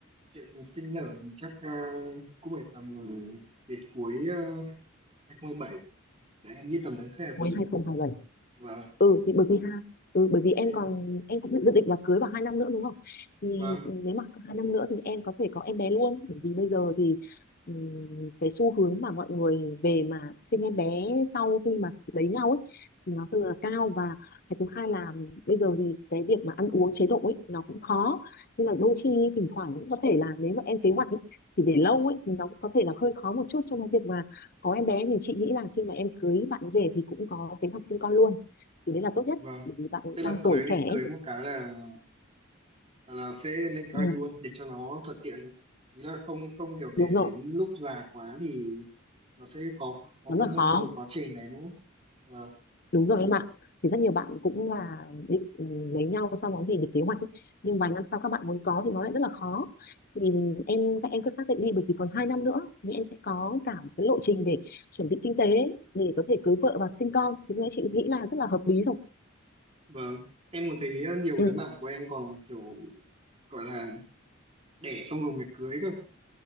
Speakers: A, on the right; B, on the left.
A: chuyện sinh nở thì chắc ờ, cũng phải tầm ừ, đến cuối uh, hai không hai bảy Đấy em nghĩ tầm đấy sẽ hợp
B: cuối
A: lý.
B: hai không hai bảy
A: Vâng,
B: ừ thì bởi vì ha ừ bởi vì em
A: Ờ,
B: còn em cũng dự định là cưới vào hai năm nữa đúng không thì
A: vâng,
B: nếu mà có hai năm nữa thì em có thể có em bé luôn bởi vì bây giờ thì ừm, cái xu hướng mà mọi người về mà sinh em bé sau khi mà lấy nhau ấy thì nó thường là cao và cái thứ hai là bây giờ thì cái việc mà ăn uống chế độ ấy nó cũng khó nên là đôi khi thỉnh thoảng cũng có thể là nếu mà em kế hoạch ấy, thì để lâu ấy thì nó cũng có thể là hơi khó một chút trong cái việc mà có em bé thì chị nghĩ là khi mà em cưới bạn về thì cũng có kế hoạch sinh con luôn thì đấy là tốt nhất
A: vâng.
B: bởi vì bạn
A: Tức là
B: đang
A: cưới
B: tuổi trẻ ấy.
A: cưới một cái là Hoặc là sẽ lên kế
B: ừ
A: hoạch luôn để cho nó thuận tiện ấy. ý là không không kiểu để
B: đúng rồi
A: đến lúc già quá thì nó sẽ khó khó
B: nó
A: khăn
B: rất là
A: hơn
B: khó
A: trong cái quá trình này đúng không vâng
B: đúng rồi em ạ thì rất nhiều bạn cũng là định ừ, lấy nhau sau đó thì định kế hoạch ấy. nhưng vài năm sau các bạn muốn có thì nó lại rất là khó thì em các em cứ xác định đi bởi vì còn hai năm nữa thì em sẽ có cả một cái lộ trình để chuẩn bị kinh tế để có thể cưới vợ và sinh con thì lúc chị nghĩ là rất là hợp lý rồi
A: vâng em còn thấy ờ, nhiều
B: ừ
A: đứa bạn của em còn kiểu gọi là đẻ xong rồi mới cưới cơ